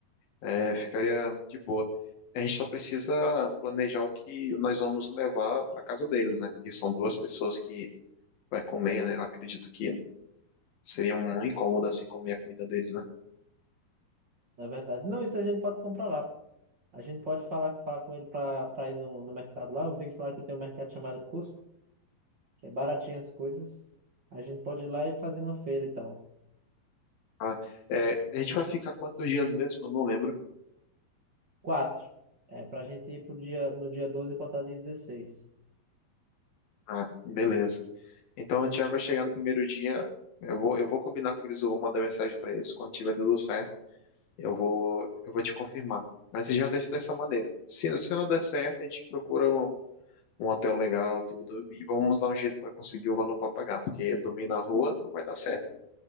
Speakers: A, on the left (about 65°); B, on the right (about 45°).
A: é, ficaria de boa. A gente só precisa planejar o que nós vamos levar para casa deles, né? Porque são duas pessoas que vai comer, né? Eu acredito que seria um incômodo assim comer a comida deles, né?
B: Na verdade, não, isso a gente pode comprar lá. pô. A gente pode falar, falar com ele para para ir no, no mercado lá. Eu vi falar que tem um mercado chamado Cusco, que é baratinho as coisas. A gente pode ir lá e fazer uma feira e tal.
A: Ah, é, a gente vai ficar quantos dias mesmo? Eu não lembro.
B: Quatro. É, para a gente ir pro dia, no dia 12 e voltar dia dezesseis
A: Ah, beleza. Então a gente já vai chegar no primeiro dia. Eu vou, eu vou combinar com eles, eu vou mandar mensagem para eles quando tiver tudo certo. Eu vou, eu vou te confirmar. Mas já deixa dessa maneira. Se, se não der certo, a gente procura um, um hotel legal, tudo, e vamos dar um jeito para conseguir o valor para pagar, porque dormir na rua não vai dar certo.